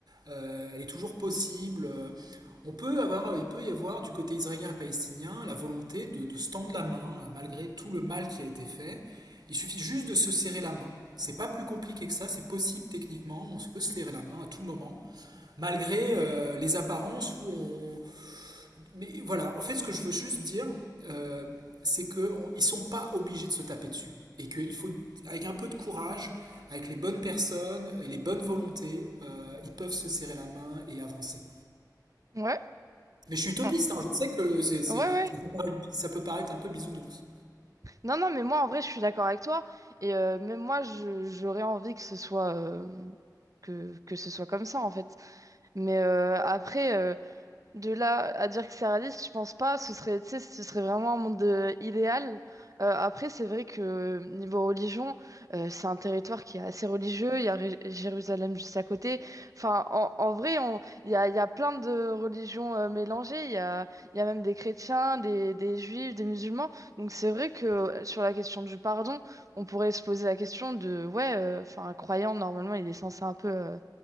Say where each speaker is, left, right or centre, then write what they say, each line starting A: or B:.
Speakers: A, on the right; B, on the right.
A: Euh, elle est toujours possible. Euh, On peut avoir, il peut y avoir du côté israélien et palestinien la volonté de, de se tendre la main euh, malgré tout le mal qui a été fait. Il suffit juste de se serrer la main. C'est pas plus compliqué que ça, c'est possible techniquement. On se peut se serrer la main à tout moment, malgré euh, les apparences où on, mais voilà, en fait, ce que je veux juste dire, euh, c'est qu'ils ne sont pas obligés de se taper dessus. Et qu'il faut, avec un peu de courage, avec les bonnes personnes et les bonnes volontés, euh, ils peuvent se serrer la main et avancer.
B: Ouais.
A: Mais je suis utopiste,
B: Ah.
A: hein, je sais que c'est, c'est-
B: Ouais, ouais.
A: ça, peut paraître, ça peut paraître un peu bisounours.
B: Non, non, mais moi, en vrai, je suis d'accord avec toi. Et euh, même moi, je- j'aurais envie que ce soit... euh, Que, que ce soit comme ça en fait. Mais euh, après, euh, De là à dire que c'est réaliste, je pense pas. Ce serait, tu sais, ce serait vraiment un monde euh, idéal. Euh, après, c'est vrai que euh, niveau religion, euh, c'est un territoire qui est assez religieux. Il y a Ré- Jérusalem juste à côté. Enfin, en, en vrai, on- il y a, il y a plein de religions euh, mélangées. Il y a, il y a même des chrétiens, des, des juifs, des musulmans. Donc, c'est vrai que euh, sur la question du pardon, on pourrait se poser la question de, ouais, euh, enfin, un croyant, normalement, il est censé un peu euh,